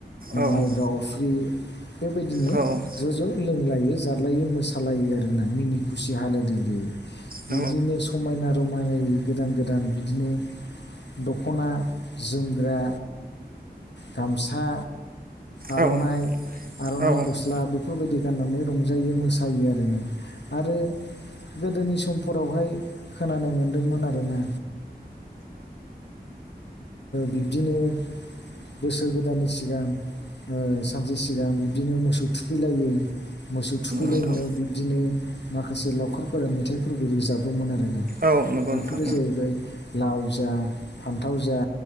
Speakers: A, on the right; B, on the left.
A: औ
B: माइब्रा
A: नंगौ
B: अफ्रि बेबायदिनो
A: नोंथां औ उम
B: ज' ज' लोंलायो जालायो मोसालायो आरोना मिनि खुसि हालो दैलो। बिदिनो
A: औ
B: समायना रमायनाय गोदान गोदान बिदिनो दख'ना जोमग्रा गामसा आर'नाइ
A: औ नंगौ
B: आर'नाइ गस्ला बेफोरबायदि गाननानै रंजायो मोसायो आरोना आरो गोदोनि समफोरावहाय खोनानो मोनदोंमोन आरोना बिब्दिनो बोसोर गोदाननि सिगां ओ सानसे सिगां बिदिनो मोसौ थुखैलायो मोसौ थुखैलायनायाव
A: नोंथां
B: बिब्दिनो माखासे लावखारफोरा मेथाइफोरबो रोजाबोमोन आरो ना
A: औ नंगौ
B: बेफोरो
A: नोंथां
B: जाहैबाय लाव जा फान्थाव जा